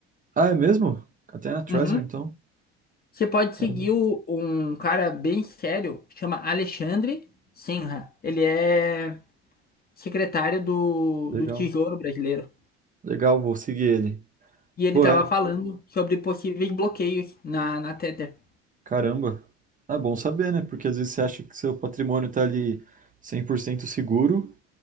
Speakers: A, on the right (about 25°); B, on the left (about 30°).
A: Ah, é mesmo? Até na Treasure,
B: Uhum.
A: então?
B: Você pode
A: Caramba,
B: seguir o- um cara bem sério, chama Alexandre Sinha. Ele é secretário do,
A: legal.
B: do Tesouro Brasileiro.
A: Legal, vou seguir ele.
B: E ele
A: Pô,
B: tava
A: é,
B: falando sobre possíveis bloqueios na, na Tether.
A: caramba. É bom saber, né? Porque às vezes você acha que seu patrimônio tá ali 100% seguro